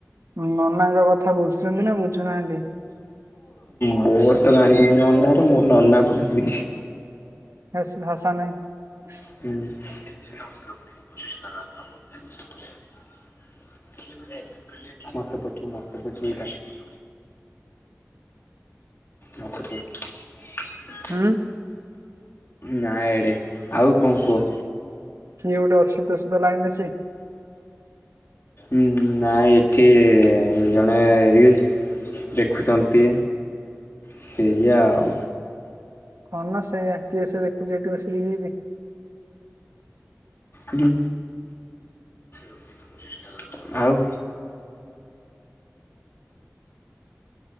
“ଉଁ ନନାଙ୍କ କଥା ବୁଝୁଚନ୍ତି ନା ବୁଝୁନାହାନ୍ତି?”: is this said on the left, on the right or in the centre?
Right